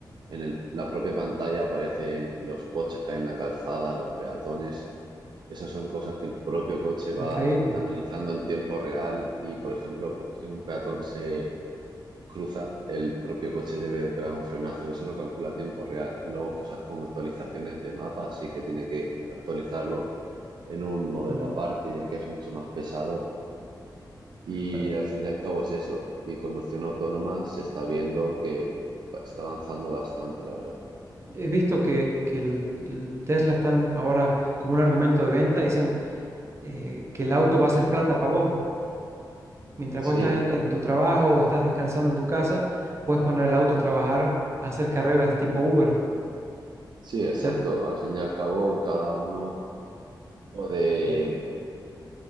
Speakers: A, on the right; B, on the right.
A: en el- la propia pantalla aparecen los coches que hay en la calzada, los peatones. Esas son cosas que el propio coche va
B: Increíble.
A: analizando en tiempo real y, por ejemplo, si un peatón se, cruza, el propio coche debe pegar un frenazo. Eso lo calcula a tiempo real. Luego cosas como actualizaciones de mapas, sí que tiene que actualizarlo en un modelo
B: Mm.
A: aparte, ya que es mucho más pesado. Y
B: Ahora,
A: al fin y al cabo es eso. Y conducción autónoma se está viendo que va- está avanzando bastante, la verdad.
B: he visto que, que el, el Tesla están ahora como un argumento de venta, dicen eh, que el auto va a ser plata para vos. Mientras
A: Sí,
B: vos estás en, en tu trabajo o estás descansando en tu casa, puedes poner el auto a trabajar, a hacer carreras tipo Uber.
A: sí, exacto.
B: Ser-
A: Al fin y al cabo, cada uno puede.
B: Mm,